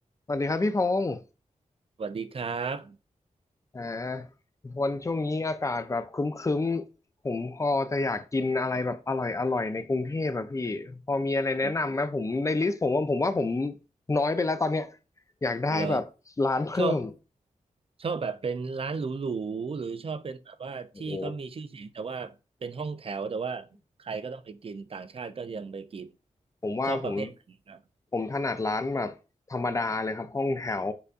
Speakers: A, on the left; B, on the right.
A: สวัสดีครับพี่พงศ์
B: สวัสดีครับ
A: อ่าวันช่วงนี้อากาศแบบครึ้มๆผมพอจะอยากกินอะไรแบบอร่อยอร่อยในกรุงเทพอะพี่พอมีอะไรแนะนำไหมผมในลิสต์ผมว่าผมว่าผม
B: ผม
A: น้อยไปแล้วตอนเนี้ยอยากได้แบบร้านเพิ่ม
B: เหรอชอบชอบแบบเป็นร้านหรูๆหรือชอบเป็นแบบว่าที่เขามีชื่อเสียงแต่ว่าเป็นห้องแถวแต่ว่าใครก็ต้องไปกินต่างชาติก็ยังไปกิน
A: โอ้โหผมว่าผม
B: ชอบประเภทไหนครับ
A: ผมถนัดร้านแบบธรรมดาเลยครับห้องแถว